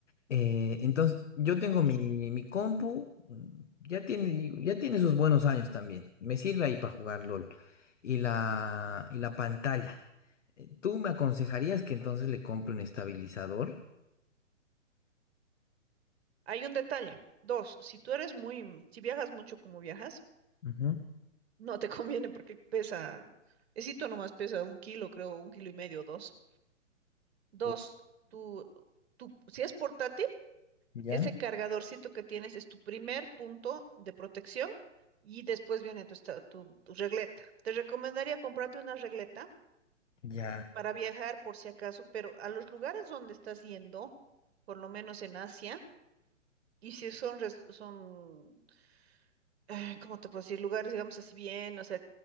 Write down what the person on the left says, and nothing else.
Eh, entonces, yo tengo mi, mi compu, mm, ya tiene, ya tiene sus buenos años también. Me sirve ahí para jugar LOL. Y la, y la pantalla. Eh, ¿Tú me aconsejarías que entonces le compre un estabilizador?
Ujú.
U-
Ya,
ya,